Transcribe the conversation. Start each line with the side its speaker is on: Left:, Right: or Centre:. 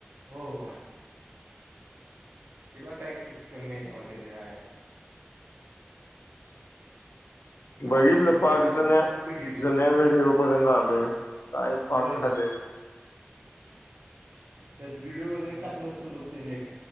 Right: हो, हो तिला काय क कमी आहे तवा तिच्या आयला.
Left: बघितलं
Right: आधी कुठं होती
Left: पार्ट
Right: ना आता
Left: जुन्या,
Right: कु कुठं गेली
Left: जुन्या विडिओ बरेला आलोय काय
Right: होय
Left: पाक खालेत.
Right: त्यात व्हिडिओ वगैरे टाकलं असेल बघ त्याने एक.